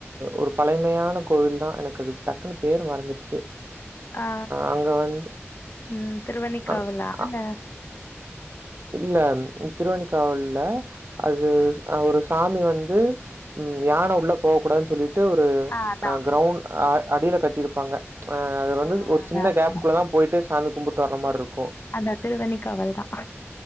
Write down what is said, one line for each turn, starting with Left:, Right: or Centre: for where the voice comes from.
Right: ஒரு பழமையான கோயில தா எனக்கு அது டக்குன்னு பேர் மறந்துருச்சு
Left: ஆ
Right: அங்க வந்து
Left: உம் திருவேணிக்காவலால
Right: அ அ இல்ல திருவேணிக்காவல்ல அது அ ஒரு சாமி வந்து ம் யான உள்ள போவக் கூடாதுன் சொல்லிட் ட்டு ஒரு
Left: ஆ அதா
Right: அ கிரவுண்ட் அ அடில கட்டிருப்பாங்க அ அது வந்து
Left: ஆ
Right: ஒரு
Left: அதா
Right: சின்ன
Left: அதா
Right: கேப்
Left: அதா
Right: குள்ளதா போயிட்டு சாமி கும்புட்டு வர்ற மார்ருக்கு
Left: அதா திருவண்ணிக்காவல் தா